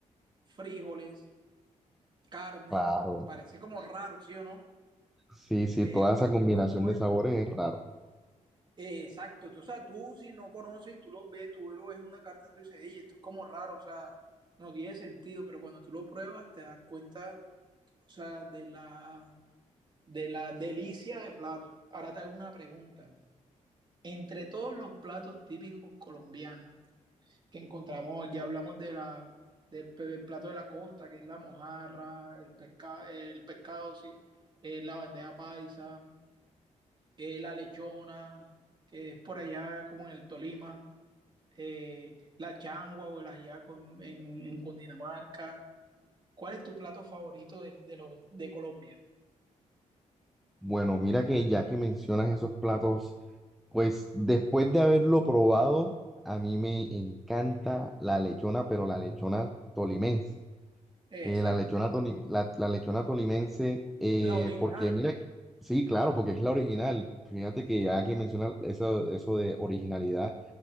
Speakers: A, on the right (about 35°); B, in the centre.
A: frijoles, carne,
B: Claro,
A: parece como raro, ¿sí o no?
B: sí, sí,
A: Pero
B: toda esa
A: cuando
B: combinación
A: tú lo pruebas,
B: de sabores es raro.
A: eh, exacto, tú, o sea, tú si no conoces, tú lo ves, tú lo ves en una carta y tú dices, hey, esto es como raro, o sea, no tiene sentido, pero cuando tú lo pruebas te das cuenta o sea, de la, de la delicia de platos. Ahora te hago una pregunta. Entre todos los platos típicos colombianos que encontramos, ya hablamos de la, del pe- plato de la costa, que es la mojarra, el, pesca, el pescado, sí, eh, la bandeja paisa, eh, la lechona, que es por allá como en el Tolima, eh, la changua o el ajiaco en, en, en Cundinamarca. ¿Cuál es tu plato favorito de, de, los, de Colombia?
B: Bueno, mira que ya que mencionas esos platos, pues después de haberlo probado, a mí me encanta la lechona, pero la lechona tolimense.
A: Eh,
B: Que
A: exacto.
B: la lechona, toli- la, la lechona tolimense, eh,
A: La original.
B: porque mira, sí, claro, porque es la original. Fíjate que ya que mencionas eso, eso de originalidad